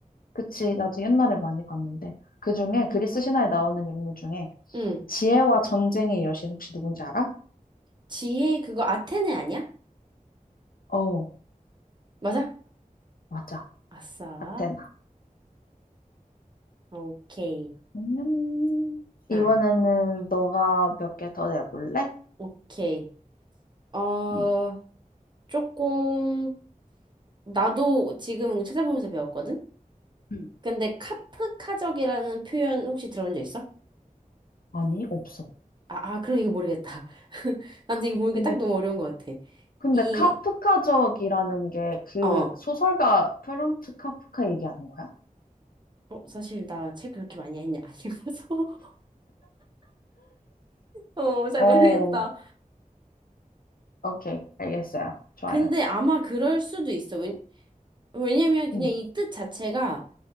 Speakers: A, on the left (about 85°); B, on the right (about 30°).
A: 그치. 나도 옛날에 많이 봤는데. 그 중에, 그리스 신화에 나오는 인물 중에,
B: 응.
A: 지혜와 전쟁의 여신 혹시 누군지 알아?
B: 지혜, 그거 아테네 아니야?
A: 어,
B: 맞아?
A: 맞아.
B: 아싸.
A: 아테나.
B: 오케이.
A: 음, 이번에는
B: 아,
A: 너가 몇 개 더 내볼래?
B: 오케이. 어,
A: 응.
B: 조금, 나도 지금 찾아보면서 배웠거든?
A: 응.
B: 근데 카프카적이라는 표현 혹시 들어본 적 있어?
A: 아니, 없어.
B: 아, 아, 그럼 이거 모르겠다. <laughs> 나도
A: 카-
B: 이거 모르까게딱
A: 근데,
B: 너무 어려운 것 같아.
A: 근데
B: 이,
A: 카프카적이라는 게 그
B: 어, 어,
A: 소설가 프란츠 카프카 얘기하는 거야?
B: 사실 나 책 그렇게 많이 했냐? 안 읽어서. <laughs> 어, 잘
A: 어,
B: 모르겠다.
A: 오케이. 알겠어요. 좋아요.
B: 근데 아마 그럴 수도 있어. 왜, 왜냐면 그냥
A: 응,
B: 이 뜻 자체가,